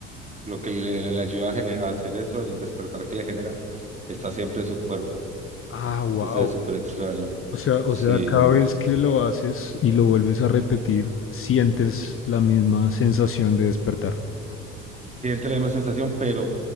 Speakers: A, on the right (about 20°); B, on the left (about 35°).
A: lo que le, le ayuda a, gener- a hacer eso, el despertar que le genera, está siempre en su cuerpo.
B: Ah, wow.
A: Entonces es súper extraño.
B: O sea, o
A: Sí.
B: sea, cada vez que lo haces y lo vuelves a repetir, sientes la misma sensación de despertar.
A: Siente la misma sensación, pero